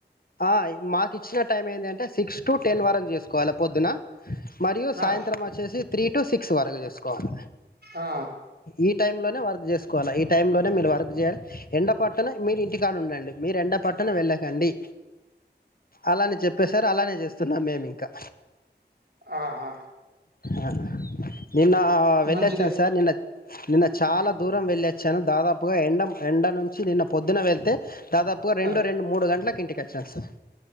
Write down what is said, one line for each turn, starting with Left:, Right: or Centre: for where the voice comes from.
Left: ఆ మాకు ఇచ్చిన టైం ఏందంటే సిక్స్ టు టెన్ వరకు చేసుకోవాలి పొద్దున మరియు సాయంత్రం
Right: ఆ!
Left: వచ్చేసి త్రీ టు సిక్స్ వరకు చేసుకోవాలి
Right: ఆ!
Left: ఈ టైం లోనే వర్క్ చేసుకోవాల ఈ టైమ్ లోనే మీరు వర్క్ చేయ్యాలి ఎండ పట్టున మీరు ఇంటికాడ ఉండండి మీరు ఎండ పట్టున వెళ్ళకండి అలానే చెప్పేశారు అలానే చేస్తున్నాం మేమింకా
Right: ఆహా
Left: ఆ నిన్న వెళ్ళొచ్చాను
Right: మంచిదే.
Left: సార్ నిన్న నిన్న చాలా దూరం వెళ్ళొచ్చాను దాదాపుగా ఎండ ఎండ నుంచి వచ్చి నిన్న పొద్దున వెళ్తే దాదాపుగా రెండు
Right: ఆ!
Left: రెండు మూడు గంటలకి ఇంటికి వచ్చినా సార్